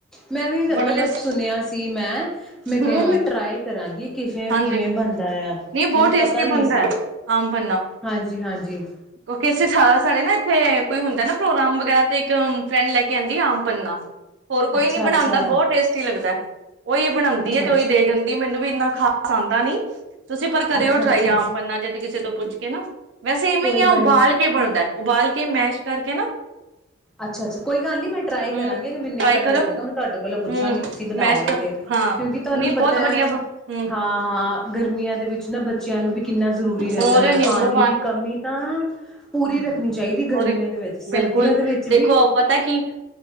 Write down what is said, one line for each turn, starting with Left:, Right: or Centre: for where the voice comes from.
Centre: ਮੈਂ ਵੀ
Right: ਬੜਾ
Centre: ਮਲਬ
Right: ਟੇਸਟੀ
Centre: ਸੁਣਿਆ ਸੀ ਮੈਂ ਮੈਂ
Right: ਹੂੰ
Centre: ਕਿਆ ਯਾਰ ਮੈਂ ਟਰਾਈ ਕਰਾਂਗੀ। ਕਿਵੇਂ
Right: ਹਾਂਜੀ
Centre: ਕਿਵੇਂ ਬਣਦਾ ਐ
Right: ਨਹੀਂ ਬਹੁਤ
Centre: ਮੈਨੂੰ
Right: ਟੇਸਟੀ
Centre: ਪਤਾ
Right: ਬਣਦਾ
Centre: ਨੀ ਸੀ,
Right: ਹੈ ਆਮ ਪੰਨਾ
Centre: ਹਾਂਜੀ ਹਾਂਜੀ।
Right: ਕਿਉਂਕਿ ਅਸੀਂ ਸਾ ਸਾਡੇ ਨਾ ਐਥੇ ਕੋਈ ਹੁੰਦੈ ਨਾ ਪ੍ਰੋਗਰਾਮ ਵਗੈਰਾ ਤੇ ਇੱਕ ਫਰੈਂਡ ਲੈ ਕੇ ਆਂਦੀ ਏ ਆਮ ਪੰਨਾ। ਹੋਰ ਕੋਈ
Centre: ਅੱਛਾ,
Right: ਨੀ ਬਣਾਂਦਾ
Centre: ਅੱਛਾ,
Right: ਬੌਤ ਟੇਸਟੀ ਲੱਗਦੈ। ਔਈ ਬਣਾਂਦੀ
Centre: ਅੱਛਾ,
Right: ਐ ਤੇ
Centre: ਅੱਛਾ,
Right: ਔਈ ਦੇ ਜਾਂਦੀ ਏ ਮੈਨੂੰ ਵੀ ਇੰਨਾ ਅਸਾਂਦਾ ਨੀ। ਤੁਸੀਂ ਪਰ ਕਰਓ
Centre: ਅੱਛਾ,
Right: ਟਰਾਈ
Centre: ਅੱਛਾ
Right: ਆਮ ਪੰਨਾ ਜੇ ਤੇ ਕਿਸੇ ਤੋਂ ਪੁੱਛ ਹੈਨਾ। ਵੈਸੇ ਇਵੇਂ
Centre: ਕੋਈ
Right: ਈ ਆ
Centre: ਗੱਲ
Right: ਉਬਾਲ
Centre: ਨੀ।
Right: ਕੇ ਬਣਦੈ, ਉਬਾਲ ਕੇ ਮੈਸ਼ ਕਰਕੇ ਨਾ
Centre: ਅੱਛਾ ਅੱਛਾ, ਕੋਈ ਗੱਲ ਨੀ ਮੈਂ ਟਰਾਈ
Right: ਹਮ।
Centre: ਕਰਾਂਗੀ ਅਗਰ ਮੈਨੂੰ
Right: ਟਰਾਈ
Centre: ਨਹੀਂ ਪਤਾ
Right: ਕਰੋ
Centre: ਲੱਗੇਗਾ ਮੈਂ ਤੁਹਾਡੇ ਕੋਲੋਂ ਪੁੱਛਾਂਗੀ
Right: ਹਮ
Centre: ਤੁਸੀਂ ਬਣਾਓਗੇ
Right: ਮੈਸ਼ ਕਰ
Centre: ਤੇ
Right: ਹਾਂ
Centre: ਕਿਉਂਕਿ ਤੁਹਾਨੂੰ
Right: ਨਹੀਂ ਬਹੁਤ
Centre: ਪਤੈ,
Right: ਵਧੀਆ ਹਮ
Centre: ਹਾਂ। ਹਾਂ, ਗਰਮੀਆਂ। ਦੇ ਵਿੱਚ ਨਾ ਬੱਚਿਆਂ ਨੂੰ ਵੀ ਕਿੰਨਾ ਜ਼ਰੂਰੀ ਰੈੰਦਾ
Right: ਹੋਰ
Centre: ਆ,
Right: ਨਿੰਬੂ
Centre: ਪਾਣੀ ਦੀ ਕਮੀ ਤਾਂ
Right: ਹਮ
Centre: ਪੂਰੀ ਰੱਖਣੀ ਚਾਈਦੀ ਗਰਮੀਆਂ
Right: ਹੋਰ
Centre: ਦੇ ਵਿੱਚ,
Right: ਬਿਲਕੁਲ
Centre: ਸਰਦੀਆਂ ਦੇ ਵਿੱਚ
Right: ਦੇਖੋ ਪਤਾ ਕਿ